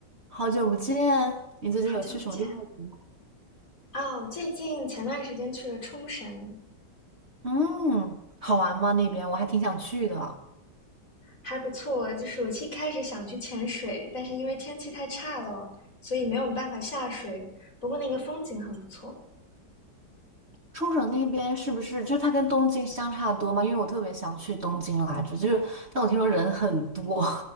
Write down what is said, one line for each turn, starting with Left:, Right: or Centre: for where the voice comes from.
Right: 好久不见，你最近有去什么地方玩吗？
Left: 好久不见。哦，最近前段时间去了冲绳，
Right: 嗯，好玩吗？那边我还挺想去的。
Left: 还不错。就是我一开始想去潜水，但是因为天气太差了，所以没有办法下水。不过那个风景很不错。
Right: 冲绳那边是不是就它跟东京相差多吗？因为我特别想去东京来着，就是但我听说人很多。